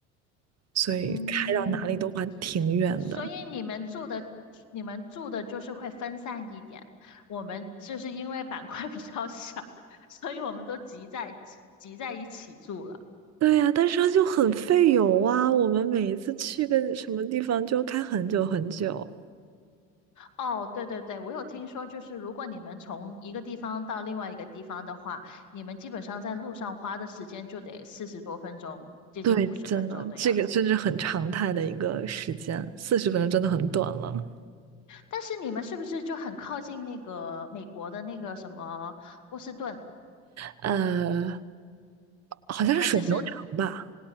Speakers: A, on the right (about 50°); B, on the left (about 55°).
A: 所以开到哪里都还挺远的。
B: 嗯。所以你们住的，你们住的就是会分散一点。我们就是因为板块 <laughs> 比较小，所以我们都集在集集在一起住了。
A: 对呀，但是它就很费油啊。我们每一次去个什么地方就开很久很久。
B: 哦，对对对，我有听说，就是如果你们从一个地方到另外一个地方的话，你们基本上在路上花的时间就得四十多分钟，接近五十分钟的样子。
A: 对，真的，这个真是很常态的一个时间，四十分钟真的很短了。
B: 但是你们是不是就很靠近那个美国的那个什么波士顿，
A: 呃，好像是水牛城吧？
B: 还是是